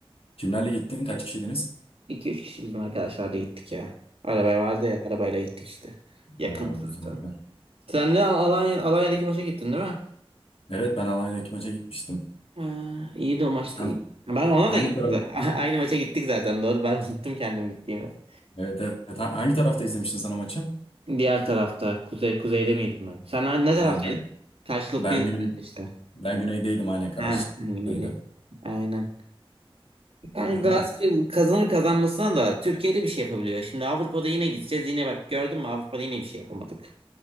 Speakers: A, on the left; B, on the right.
A: kimlerle gittin? Kaç kişiydiniz?
B: iki üç kişi bizim arkadaşlarla gittik ya. Arabaya vardı ya. Arabayla gittik işte. Yakındı
A: Oo, güzel.
B: zaten.
A: güzel.
B: Sen de Alanya, Alanya'daki maça gittin değil mi?
A: Evet ben Alanya'daki maça gitmiştim.
B: Ha, iyiydi o maç
A: Sen
B: da iyiydi. Ben ona
A: hangi
B: da gittim.
A: taraf?
B: de. <laughs> Aynı maça gittik zaten doğru. Ben <laughs> unuttum kendim gittiğimi.
A: Evet, evet. Ha- Hangi tarafta izlemiştin sen o maçı?
B: Diğer tarafta. Kuzey, kuzeyde miydim ben? Sen ne ne taraftaydın?
A: Ha, ben,
B: Karşılıklıydık
A: ben güney
B: işte.
A: ben güneydeydim aynen karşılıklıydı.
B: Ha, sen güneydeydin. Aynen. Yani
A: Öyle.
B: Galatasaray kazanır kazanmasına da Türkiye'de bir şey yapabiliyor. Şimdi Avrupa'da yine gideceğiz. Yine bak gördün mü Avrupa'da yine bir şey yapamadık.